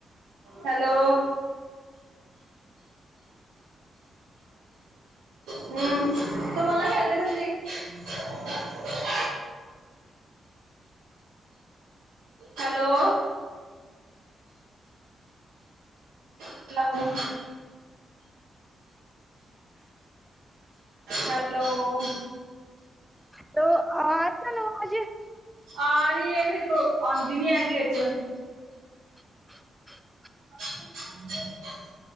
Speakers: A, on the right (about 80°); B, in the centre.
A: ਹੈਲੋ। ਹਮ ਤੂੰ ਬੋਲ ਨਾਲ ਖੇਲਦੀ ਨੀਂ ਹੁੰਦੀਂ। <unintelligible> <inaudible> ਹੈਲੋ। ਮਤਲੱਬ। ਹੈਲੋ।
B: ਹੈਲੋ ਆ ਰਹੀ ਤੁਹਾਂਨੂੰ ਅਵਾਜ਼।
A: ਆ ਰਹੀਂ ਹੈਂ, ਫਿਰ <unintelligible> ਆਂਦੀ ਨੀਂ ਹੈਗੀ ਵਿੱਚ।
B: <inaudible>
A: ਹ <unintelligible>